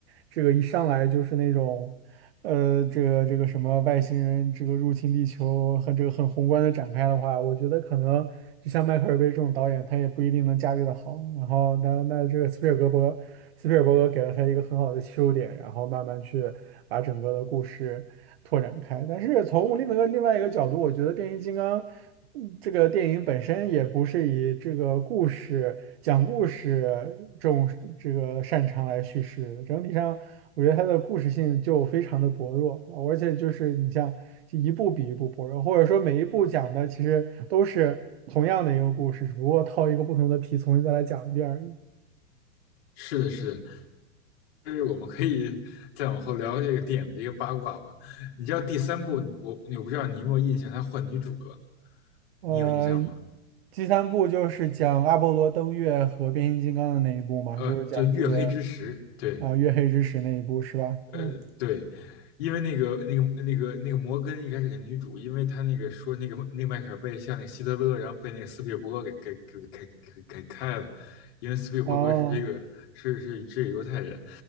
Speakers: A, on the right; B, on the left.
A: 这个一上来就是那种呃这个这个什么外星人这个入侵地球和这个很宏观的展开的话，我觉得可能就像迈克尔贝这种导演，他也不一定能驾驭的好。然后那那这个斯皮尔格伯斯皮尔伯格给了他一个很好的切入点，然后慢慢去把整个的故事。拓展开。但是从另外一个另外一个角度，我觉得变形金刚嗯这个电影本身也不是以这个故事讲故事这种这个擅长来叙事的。整体上，我觉得它的故事性就非常的薄弱，而且就是你像就一部比一部薄弱，或者说每一部讲的其实都是同样的一个故事，只不过套一个不同的皮重新再来讲一遍而已。
B: 是的，是的，就是我们可以 <laughs> 再往后聊这个电影的一个八卦吧。你知道第三部，我我不知道你有没有印象，他换女主了，
A: 呃，
B: 你有印象吗？
A: 第三部就是讲阿波罗登月和变形金刚的那一部嘛，
B: 呃，
A: 就是讲这个
B: 就《月黑之时》，对，
A: 啊、月黑之时那一部是吧？
B: 呃，
A: 嗯，
B: 对，因为那个那个那个那个摩根一开始的女主，因为他那个说那个那个迈克尔贝像那个希特勒，然后被那个斯皮尔伯格给给给给给给开了，因为斯皮尔伯格是这个是是是犹太人，
A: 哦